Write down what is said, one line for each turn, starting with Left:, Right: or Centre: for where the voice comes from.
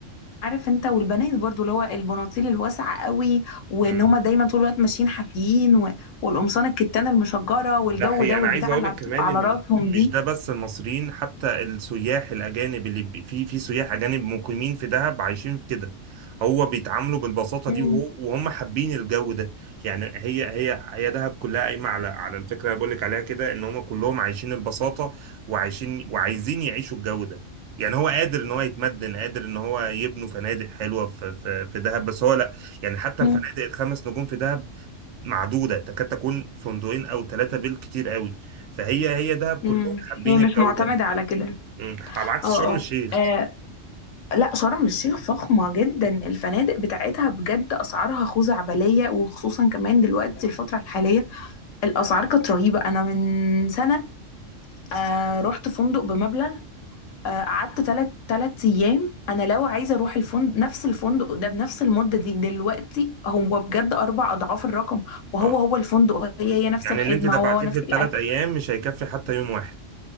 Left: عارف انت والبنات برضو اللي هو البناطيل الواسعه قوي وان
Right: مم.
Left: هما دايما طول الوقت ماشيين حافيين و... والقمصان الكتانه المشجره والجو
Right: ده حقيقي
Left: ده
Right: انا
Left: والبتاع
Right: عايز اقول
Left: اللي
Right: لك
Left: بتبقى
Right: كمان
Left: على
Right: ان
Left: راسهم
Right: مش
Left: دي
Right: ده بس المصريين حتى السياح الاجانب اللي بي- في في سياح اجانب مقيمين في دهب عايشين في كده هو بيتعاملوا بالبساطه
Left: مم.
Right: دي وهو وهم حابين الجو ده يعني هي هي هي دهب كلها قايمه على على الفكره اللي بقول لك عليها كده ان هم كلهم عايشين البساطه وعايشين وعايزين يعيشوا الجو ده يعني هو قادر ان هو يتمدن قادر ان هو يبنوا فنادق حلوه في في في دهب بس هو لا يعني حتى
Left: مم.
Right: الفنادق الخمس نجوم في دهب معدودة تكاد تكون فندقين أو ثلاثة بالكتير قوي فهي هي دهب كلهم
Left: امم
Right: حابين
Left: هي مش
Right: الجودة
Left: معتمده على كده
Right: مم. على عكس
Left: اه
Right: شرم
Left: اه
Right: الشيخ
Left: آه لا شرم الشيخ فخمة جدا الفنادق بتاعتها بجد أسعارها خزعبلية وخصوصا كمان دلوقتي الفترة الحالية الأسعار كانت رهيبة أنا من سنة آه رحت فندق بمبلغ آه، قعدت تلات تلات أيام أنا لو عايزة أروح الفندق نفس الفندق ده بنفس المدة دي دلوقتي هو بجد أربع أضعاف الرقم وهو
Right: اه
Left: هو الفندق هي هي نفس
Right: يعني
Left: الخدمة
Right: اللي أنت دفعتيه
Left: هو هو نفس
Right: في الثلاث
Left: الأكل
Right: أيام مش هيكفي حتى يوم واحد